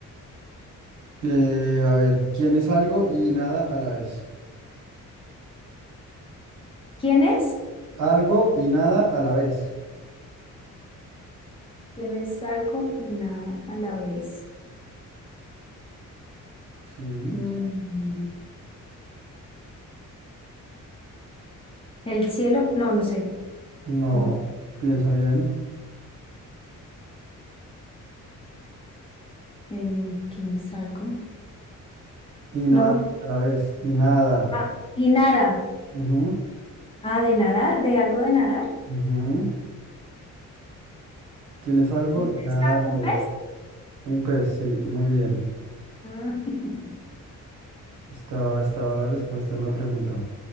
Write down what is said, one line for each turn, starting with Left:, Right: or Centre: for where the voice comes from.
Right: Eh, a ver, ¿quién es algo y nada a la vez?
Left: ¿Quién es?
Right: Algo y nada a la vez.
Left: ¿Quién es algo? y Nada a la vez.
Right: Sí,
Left: Mm, El cielo, no, no sé.
Right: no,
Left: No.
Right: piensa bien.
Left: Eh, ¿Quién es algo?
Right: Y nada
Left: No.
Right: a la vez, y nada.
Left: Ah, y nada.
Right: Ujú,
Left: Ah, de nadar, de algo de nadar.
Right: ujú. ¿Quién es algo
Left: ¿Un pez?
Right: y nada
Left: ah,
Right: a la
Left: ¿Un
Right: vez?
Left: pez?
Right: Un pez, sí, muy bien.
Left: Ah, <laughs>
Right: Estaba, estaba la respuesta en la pregunta.